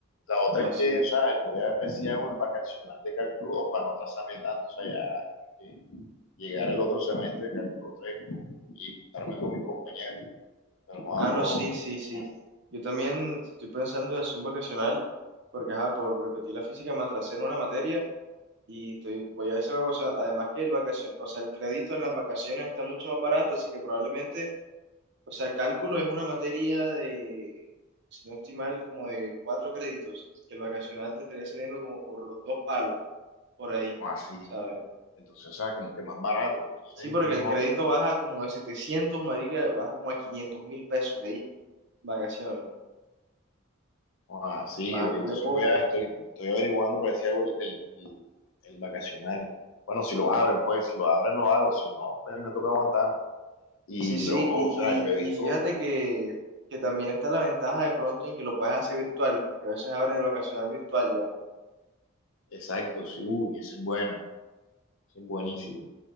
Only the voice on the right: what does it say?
Así.
Ah,
no, sí, sí, sí.
Yo también estoy pensando en Zoom vacacional, porque ajá, por repetir la física me atrasé en una materia y estoy, voy a hacer algo, o sea, además que el vacacion, o sea, el crédito en las vacaciones está mucho más barato, así que probablemente, o sea, cálculo es una materia de, si no estoy mal, como de cuatro créditos, que el vacacional te estaría saliendo como por los dos palos, por ahí,
¿sabes?
Sí, porque
el crédito baja como de 700 marica, baja como a quinientos mil pesos ahí, vacaciones.
Baja
cule
poco.
Sí, sí,
y,
y,
y
fíjate que, que también está la ventaja de pronto en que lo puedes hacer virtual, porque a veces abren el ocasional virtual ya.